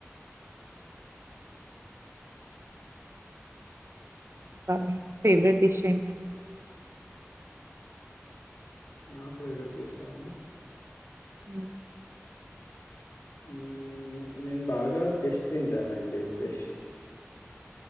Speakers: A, on the right; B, on the left.
A: ఇంకా మీ ఫేవరెట్ డిష్ ఏంటండి
B: <inaudible> నా ఫేవరెట్ డిష్ ఆ అండి
A: మ్మ్
B: మ్ నేను బాగా ఫిష్ తింటానండి fish